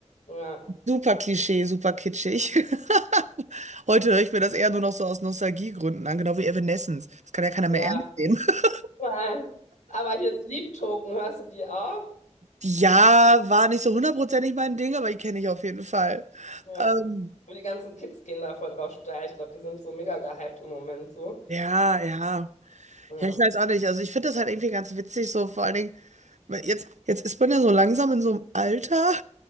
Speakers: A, on the left; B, on the right.
A: ja,
B: Super Klischee, super kitschig. <laughs> Heute höre ich mir das eher nur noch so aus Nostalgiegründen an, genau wie Evanescence. Das kann ja keiner
A: ja.
B: mehr ernst nehmen. <laughs>
A: Nein. Aber hier Sleep Token, hörst du die auch?
B: Ja, war nicht so hundertprozentig mein Ding, aber die kenne ich auf jeden Fall.
A: Ja.
B: Ähm,
A: Und die ganzen Kids gehen da voll drauf steil. Ich glaube, die sind so mega gehypt im Moment so.
B: ja, ja.
A: Ja.
B: Ja, ich weiß auch nicht. Also ich finde das halt irgendwie ganz witzig, so vor allen Dingen. Weil jetzt, jetzt ist man ja so langsam in so einem Alter.